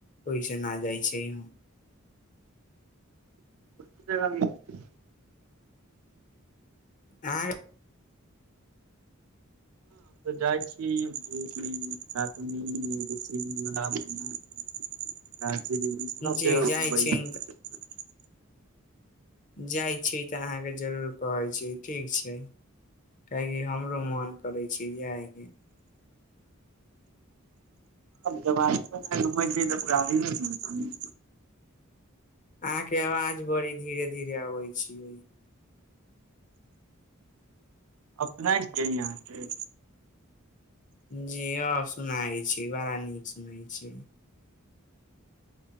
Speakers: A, on the left; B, on the right.
A: ओहिस ना जाय छिय
B: <unintelligible>
A: आ
B: त जाइ छी ही दार्जिलिंग सब जगह
A: जी जाय छी
B: घुमबइ
A: जाइ छी तऽ अहाँ के जरूर कहै छी ठीक छै कही हमरो मोन करै छै जाय के
B: जब जवानी मे नहि घुमय छियै तऽ बुरहारी मे घुमबै
A: अहाँ के आवाज बड़ी धीरे धीरे अबै छीयै
B: अपनाइट के यहाँ के
A: जी हँ सुनाय छी बड़ा नीक सुनैऽ छी